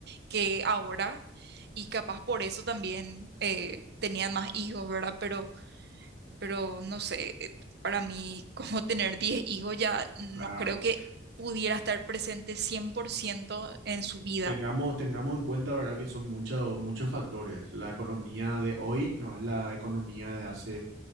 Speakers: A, on the right; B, on the right.
A: que ahora, y capaz por eso también eh, tenían más hijos, ¿verdad? Pero pero no sé, eh, para mí <laughs> como tener 10 hijos ya no
B: claro.
A: creo que pudiera estar presente 100% en su vida.
B: Tengamos, tengamos en cuenta, ¿verdad? Que son muchos, muchos factores. La economía de hoy no es la economía de hace,